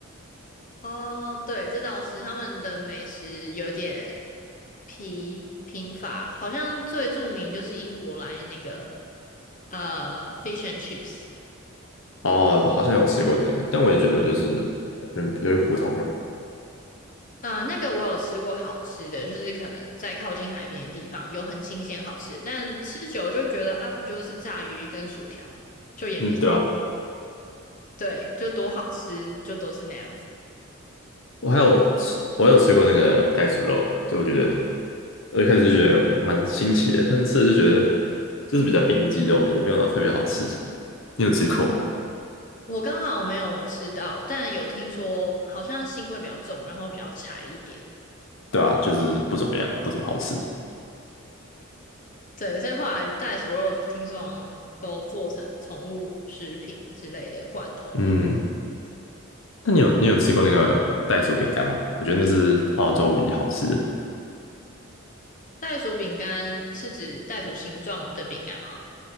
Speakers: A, on the left; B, on the left.
A: 哦，对，这倒是他们的美食有点疲贫乏，好像最著名就是英国来那个呃 fish and chips。
B: 哦，好像有吃过那个，但我也觉得就是有点有点普通了。
A: 呃，那个我有吃过好吃的，就是可能在靠近海边的地方有很新鲜好吃，但吃久了就会觉得啊，不就是炸鱼跟薯条，就也没，
B: 嗯，对啊，
A: 对，就多好吃，就都是那样子。
B: 我还有吃，我有吃过那个袋鼠肉，就我觉得我一开始就觉得蛮新奇的，但是吃了就觉得就是比较应激肉，也没有到特别好吃。你有吃过吗？
A: 我刚好没有吃到，但有听说好像腥味比较重，然后比较柴一点。
B: 对啊，就是不怎么样，不怎么好吃。
A: 对，所以后来袋鼠肉听说好像都做成宠物食品之类的罐头啊。
B: 嗯，那你有你有吃过那个袋鼠饼干吗？我觉得那是澳洲唯一好吃的。
A: 袋鼠饼干是指袋鼠形状的饼干吗？